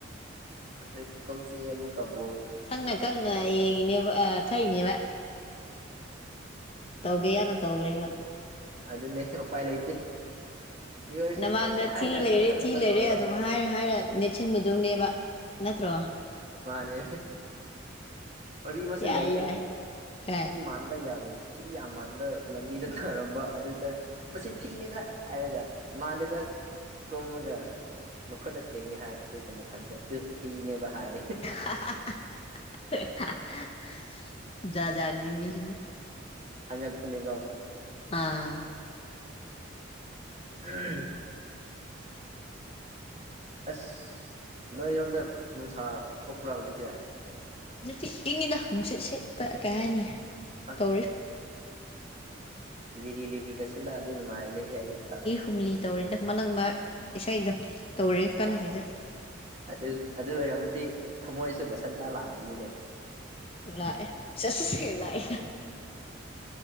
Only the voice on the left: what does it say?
ꯈꯪꯅ ꯈꯪꯅ ꯌꯦꯡꯉꯤꯅꯦꯕ ꯊꯛꯏꯕꯅꯦꯕ ꯇꯧꯒꯦ
ꯌꯥꯎꯅ ꯇꯧꯕꯅꯦꯕ
ꯅꯃꯥꯡꯗ
ꯊꯤ ꯂꯩꯔꯦ
ꯊꯤ ꯂꯩꯔꯦ
ꯑꯗꯨꯝ ꯍꯥꯏꯔ ꯍꯥꯏꯔ ꯅꯦꯠꯁꯤꯟꯕꯗꯧꯅꯦꯕ ꯅꯠꯇ꯭ꯔꯣ
ꯌꯥꯏ
ꯌꯥꯏ ꯀꯥꯏ
ꯑ <inaudible> ꯖꯥꯠ ꯖꯥꯠꯅꯤ ꯃꯤꯁꯤꯡꯁꯦ
ꯑꯥ
ꯍꯧꯖꯤꯛꯇꯤ ꯏꯪꯉꯤꯗ ꯅꯨꯡꯁꯤꯠ ꯁꯤꯠꯄ ꯀꯩ ꯍꯥꯏꯅꯤ
ꯇꯧꯔꯤ
ꯍꯨꯝꯂꯤ ꯇꯧꯔꯤꯗ ꯃꯂꯪꯕ ꯏꯁꯩꯗꯣ ꯇꯧꯔꯤ ꯀꯟꯅ
ꯁꯤꯗ
ꯂꯥꯛꯑꯦ ꯆꯠꯁ ꯂꯥꯛꯑꯦ ꯀꯥꯏ